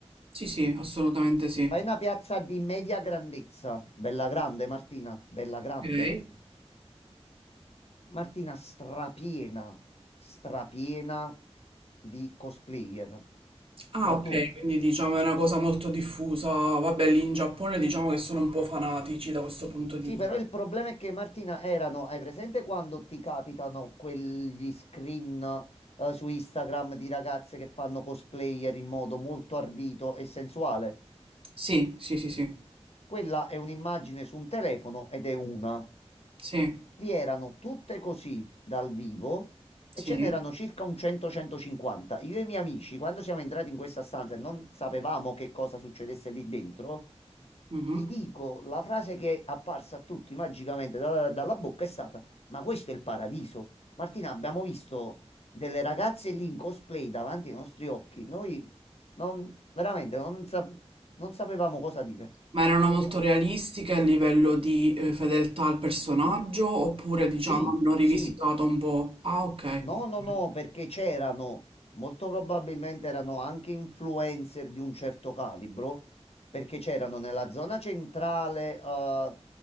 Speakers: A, on the right (about 55°); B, on the left (about 65°).
A: Sì, sì, assolutamente sì.
B: Fai una piazza di media grandezza, bella grande Martina, bella grande.
A: Ok.
B: Martina strapiena, strapiena di cosplayer.
A: Ah,
B: Ora
A: ok,
B: tu.
A: quindi diciamo è una cosa molto diffusa. Vabbè, lì in Giappone diciamo che sono un po' fanatici da questo punto di
B: Sì,
A: vista.
B: però il problema è che Martina erano, hai presente quando ti capitano quegli screen eh, su Instagram di ragazze che fanno cosplayer in modo molto ardito e sensuale?
A: Sì, sì, sì, sì,
B: Quella è un'immagine su un telefono ed è una.
A: sì,
B: vi erano tutte così dal vivo e
A: sì.
B: ce n'erano circa un 100-150. Io e i miei amici, quando siamo entrati in questa stanza e non sapevamo che cosa succedesse lì dentro,
A: mhm.
B: ti dico la frase che è apparsa a tutti magicamente da- dalla bocca è stata: Ma questo è il paradiso. Martina, abbiamo visto delle ragazze lì in cosplay davanti ai nostri occhi. Noi non, veramente non sa- non sapevamo cosa dire.
A: Ma erano molto realistiche a livello di eh, fedeltà al personaggio oppure diciamo
B: Sì,
A: hanno rivisitato
B: sì.
A: un po'? Ah, ok.
B: No,
A: ok.
B: no, no, perché c'erano, molto probabilmente erano anche influencer di un certo calibro, perché c'erano nella zona centrale, eh,